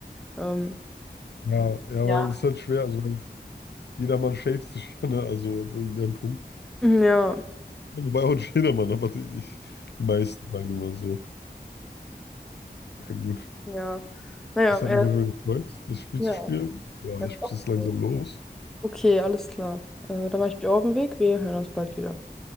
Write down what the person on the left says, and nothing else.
Ja, ja,
weil es ist halt schwer. Also, weil jedermann schäft sich <laughs> ja, ne? Also, ab irgendeinem Punkt.
Wobei auch nicht jedermann, aber die, ich, die meisten sagen immer so. Ja, gut.
Das hat
mich auf jeden Fall gefreut, das Spiel
zu spielen. Ja,
ich muss jetzt langsam
los.